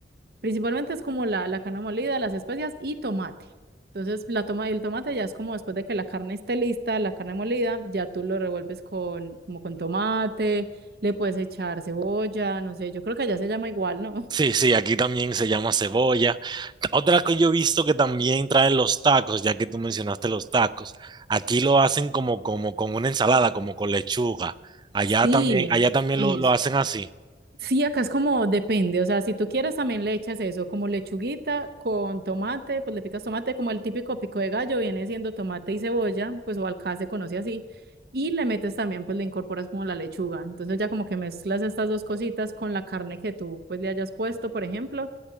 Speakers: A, on the right; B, on the right.
A: Principalmente es como la, la carne molida, las especias y tomate. Entonces, la toma, el tomate ya es como después de que la carne esté lista, la carne molida, ya tú lo revuelves con, como con tomate, le puedes echar cebolla, no sé, yo creo que allá se llama igual, ¿no? <laughs>
B: Sí, sí, aquí también se llama cebolla. Ta- Otra que yo he visto que también traen los tacos, ya que tú mencionaste los tacos, aquí lo hacen como, como con una ensalada, como con lechuga. Allá
A: Sí,
B: también, allá también
A: eso.
B: lo, lo hacen así,
A: Sí, acá es como depende, o sea, si tú quieres también le echas eso, como lechuguita con tomate, pues le picas tomate, como el típico pico de gallo viene siendo tomate y cebolla, pues o acá se conoce así, y le metes también, pues le incorporas como la lechuga, entonces ya como que mezclas estas dos cositas con la carne que tú pues le hayas puesto, por ejemplo,